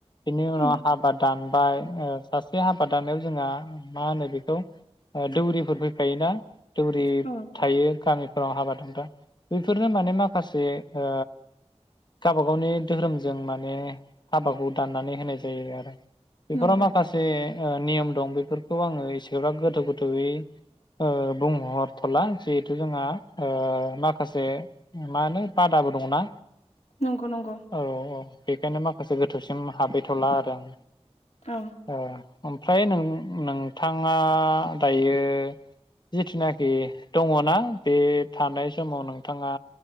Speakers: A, on the left (about 40°); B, on the left (about 70°).
A: बिनि उनाव
B: उम
A: हाबाद दानबाय ओ सासे हाबा दाननायाव जोंहा मा होनो बेखौ ओ दौरिफोर फैफायोना? दौरि
B: औ
A: थायो गामिफोराव हाबा दानब्ला बेफोरनो माने माखासे ओ गावबा गावनि धोरोमजों माने हाबाखौ दान नानै होनाय जायो आरो बेफोराव
B: नंगौ
A: माखासे ओ नियम दं बेफोरखौ आंङो एसेबा गोथौ गोथौयै ओ बुंहरथ'ला जिहेथु जोंहा ओ माखासे मा होनो बादाबो दंना
B: नंगौ नंगौ
A: औ औ औ बेखायनो माखासे गोथौ सिम हाबैथ'ला आरो आं
B: औ
A: ओ ओमफ्राय नों नोंथांङा दायो जिथुनाखि दंङना बे थानाय समाव नोंथांङा